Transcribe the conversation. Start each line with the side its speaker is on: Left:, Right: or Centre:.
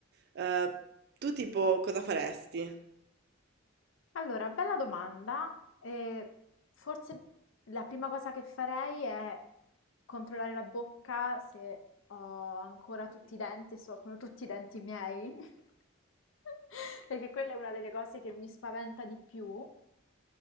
Right: Eh, tu tipo cosa faresti?
Left: Allora, bella domanda. Eh, forse la prima cosa che farei è controllare la bocca se ho ancora tutti i denti e se sono tutti i denti miei, <laughs> perché quella è una delle cose che mi spaventa di più.